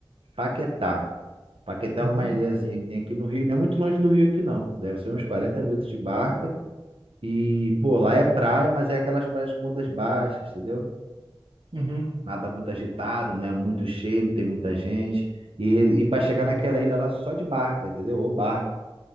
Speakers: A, on the right; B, on the right.
A: Paquetá. Paquetá
B: Uhum,
A: é uma ilhazinha que tem aqui no Rio, não é muito longe do Rio aqui não, deve ser uns 40 minutos de barca. E,
B: uhum.
A: pô, lá é praia, mas é aquelas praias com ondas baixas, entendeu?
B: Uhum.
A: Nada muito agitado, não é muito cheio, não tem muita gente. E, e para chegar
B: Uhum.
A: naquela ilha lá só de barca, entendeu? Ou barco.